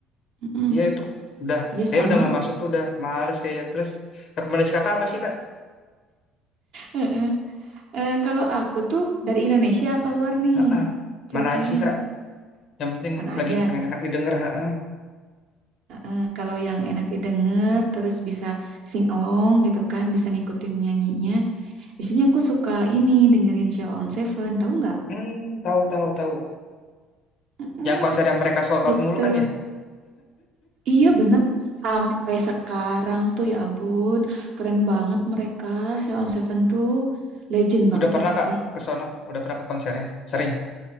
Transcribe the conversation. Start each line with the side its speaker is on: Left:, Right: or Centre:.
Right: Mm-mm.
Left: iya itu udah
Right: Iya,
Left: kayak
Right: sama.
Left: udah nggak masuk tuh udah males kayak. Terus rekomendasi kakak apa sih kak?
Right: Heeh. Eh, kalau aku tuh dari Indonesia apa luar nih
Left: Ah, ah.
Right: ceritanya?
Left: Mana aja sih kak? Yang penting
Right: Mana
Left: lagi
Right: aja.
Left: pengen enak didengar. ha ha.
Right: Heeh, kalau yang enak didengar, terus bisa sing along gitu kan, bisa ngikutin nyanyinya. Biasanya aku suka ini dengerin Sheila on Seven, tahu nggak?
Left: Hmm, tahu tahu tahu.
Right: Mm,
Left: Yang konser yang mereka sold
Right: gitu.
Left: out mulu kan ya.
Right: Iya bener. Sampai sekarang tuh ya ampun, keren banget mereka. Sheila on Seven tuh legend banget
Left: Udah pernah
Right: ya nggak
Left: Kak
Right: sih?
Left: ke sono? Udah pernah ke konsernya? Sering.